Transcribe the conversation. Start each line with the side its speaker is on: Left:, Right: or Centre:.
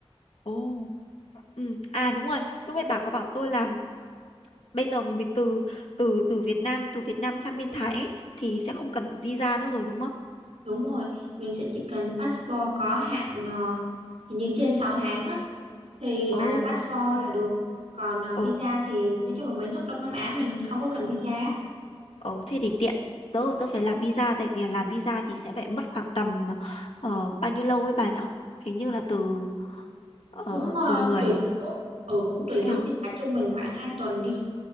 Left: Ồ. Ừ. À đúng rồi, lúc nãy bà có bảo tôi là bây giờ mình từ từ từ Việt Nam từ Việt Nam sang bên Thái ấy, thì sẽ không cần visa nữa rồi đúng không?
Right: Đúng rồi, mình sẽ chỉ cần passport có hạn ờ, hình như trên 6 tháng á thì
Left: Ồ,
Right: bà làm passport là được. Còn ờ,
Left: ồ,
Right: visa thì nói chung là mấy nước Đông Nam Á mình không có cần visa. á.
Left: ồ thế thì tiện. Tớ tớ phải làm visa tại vì làm visa thì sẽ phải mất khoảng tầm ờ, bao nhiêu lâu ấy bà nhở? Hình như là từ ờ,
Right: Cũng ờ,
Left: từ mười
Right: tùy nước. Ừ cũng tùy
Left: thế
Right: nước
Left: hả?
Right: nhưng mà trung bình khoảng 2 tuần đi.